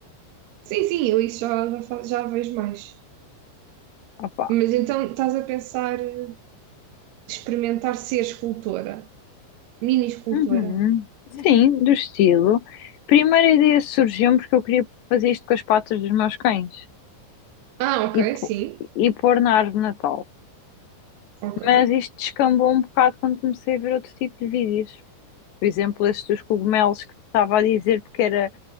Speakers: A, on the right; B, on the left.
A: Sim, sim, eu isso já, já, fa- já vejo mais.
B: Opa.
A: Mas então estás a pensar eh, experimentar ser escultora, mini escultora.
B: Uhum. Sim, do estilo. Primeira ideia surgiu porque eu queria fazer isto com as patas dos meus cães
A: Ah, ok,
B: e, pô-
A: sim,
B: e pôr na árvore de Natal.
A: ok.
B: Mas isto descambou um bocado quando comecei a ver outro tipo de vídeos. Por exemplo, esses dos cogumelos que te estava a dizer, porque era,